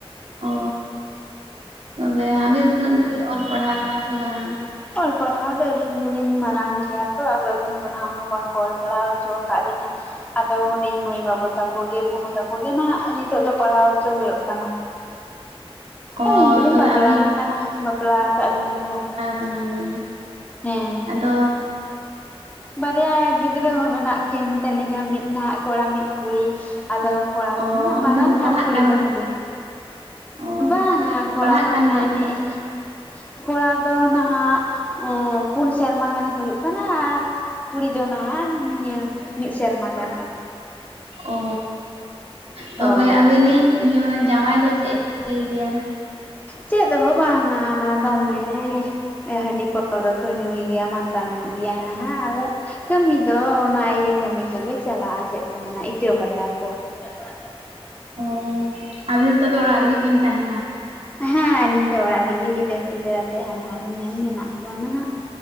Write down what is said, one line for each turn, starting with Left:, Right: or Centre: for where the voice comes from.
Right: ᱚ ᱛᱚᱵᱮ ᱟᱹᱵᱤᱱ ᱛᱤᱱᱟᱹᱜ ᱫᱷᱟᱵᱤᱡ ᱵᱤᱱ ᱚᱞ ᱯᱟᱲᱦᱟᱣ ᱠᱟᱱᱟ ᱥᱮ ᱵᱟᱝ?
Left: ᱚᱞ ᱯᱟᱲᱦᱟᱣ ᱫᱚ ᱟᱹᱞᱤᱧ ᱫᱚᱞᱤᱧ ᱢᱟᱨᱟᱝ ᱜᱮᱭᱟ ᱛᱚ, ᱟᱫᱚ ᱟᱹᱞᱤᱧ ᱫᱚ ᱱᱟᱦᱟᱜ ᱩᱱᱟᱹᱜ ᱵᱟᱝᱠᱚ ᱚᱞ ᱯᱟᱲᱦᱟᱣ ᱦᱚᱪᱚ ᱟᱠᱟᱫ ᱞᱤᱧᱟᱹ᱾ ᱟᱫᱚ ᱦᱩᱰᱤᱧ ᱢᱟᱹᱭ ᱵᱟᱹᱵᱩ ᱛᱟᱠᱚ ᱜᱮ ᱵᱩᱱᱩ ᱛᱟᱠᱚ ᱜᱮ ᱟᱜ ᱱᱤᱛᱚᱜ ᱫᱚ ᱯᱟᱲᱦᱟᱣ ᱦᱚᱪᱚ ᱦᱳᱭᱳᱜ ᱠᱟᱱᱟ᱾
Right: ᱚ
Left: ᱟᱹᱞᱤᱧ ᱫᱚᱞᱤᱧ
Right: ᱛᱚᱵᱮ
Left: ᱵᱟᱯᱞᱟᱣ
Right: ᱟᱹᱵᱤᱱ
Left: ᱠᱟᱱᱟ ᱵᱟᱯᱞᱟ ᱠᱟᱜ ᱞᱤᱧᱟᱹ ᱠᱚ᱾
Right: ᱠᱟᱱᱟᱵᱤᱱ
Left: ᱦᱮᱸ
Right: ᱟᱫᱚ
Left: ᱵᱟᱨᱭᱟ ᱜᱤᱫᱽᱨᱟᱹ ᱦᱚᱸ ᱢᱮᱱᱟᱜ ᱠᱤᱱ ᱛᱟᱹᱞᱤᱧᱟ ᱢᱤᱫ ᱱᱟᱦᱟᱜ ᱠᱚᱲᱟ ᱢᱤᱫ ᱠᱩᱲᱤ᱾ ᱟᱫᱚ ᱠᱚᱲᱟ ᱫᱚ
Right: ᱚ
Left: ᱱᱟᱦᱟᱜ
Right: ᱩᱱᱠᱤᱱ
Left: ᱢᱟᱨᱟᱝ
Right: ᱫᱚ ᱯᱟᱲᱦᱟᱜ
Left: ᱟᱨ ᱠᱩᱲᱤ
Right: ᱠᱟᱱᱟ
Left: ᱫᱚ ᱦᱩᱰᱤᱧ᱾
Right: ᱚ
Left: ᱵᱟᱝᱼᱟ ᱠᱚᱲᱟ
Right: ᱯᱟᱲᱦᱟᱜ
Left: ᱫᱚ
Right: ᱠᱟᱱ
Left: ᱱᱟᱦᱟᱜ
Right: ᱜᱮᱭᱟ ᱠᱤᱱ
Left: ᱱᱮᱜ ᱮ ᱠᱚᱲᱟ ᱫᱚ ᱱᱟᱦᱟᱜ ᱮᱸ ᱯᱩᱱ ᱥᱮᱨᱢᱟ ᱜᱟᱱᱮ ᱦᱳᱭᱳᱜ ᱠᱟᱱᱟ ᱟᱨ ᱠᱩᱲᱤ ᱫᱚ ᱱᱟᱦᱟᱜ ᱱᱤᱭᱟᱹ ᱢᱤᱫ ᱥᱮᱨᱢᱟ ᱜᱟᱱ᱾
Right: ᱚ ᱛᱚᱵᱮ
Left: ᱦᱳᱭ
Right: ᱟᱹᱵᱤᱱᱤᱡ ᱢᱟᱱᱮ ᱡᱟᱶᱟᱭ ᱫᱚ ᱪᱮᱜ ᱮ ᱪᱤᱠᱟᱹᱭ ᱜᱮᱭᱟ?
Left: ᱪᱮᱫ ᱦᱚ ᱵᱟᱝᱟ ᱫᱚᱢᱮ ᱦᱟᱺᱰᱤ ᱯᱟᱹᱣᱨᱟᱹ ᱠᱚ ᱧᱩᱭ ᱜᱮᱭᱟ ᱢᱟᱛᱟᱞ ᱧᱚᱜ ᱜᱮᱭᱟᱭ ᱱᱟᱦᱟᱜ ᱟᱫᱚ, ᱠᱟᱹᱢᱤ ᱫᱚ ᱚᱱᱟ ᱤᱭᱟᱹ ᱠᱟᱹᱢᱤ ᱠᱚᱜᱮ ᱪᱟᱞᱟᱜᱼᱟ ᱪᱮᱫ ᱠᱚ ᱢᱮᱱᱟ ᱤᱛᱟᱹ ᱵᱷᱟᱴᱟ ᱠᱚ ᱾ <unintelligible> ᱤᱱᱟᱹᱜ ᱚᱲᱟᱜ ᱫᱚ,
Right: ᱚ ᱟᱹᱵᱤᱱ ᱫᱚ ᱛᱚᱵᱮ ᱚᱲᱟᱜ ᱨᱮᱜᱮ ᱵᱤᱱ ᱛᱟᱦᱮᱱᱟ?
Left: ᱦᱮᱸ ᱟᱞᱤᱧ ᱫᱚ ᱚᱲᱟᱜ ᱨᱮᱜᱮ ᱜᱤᱫᱟᱹᱨ ᱯᱤᱫᱟᱹᱨ ᱟᱛᱮᱫ ᱦᱟᱹᱱᱦᱟᱨᱩ ᱧᱮᱞ ᱢᱮᱱᱟᱜ ᱠᱚᱣᱟ ᱱᱟᱦᱟᱜ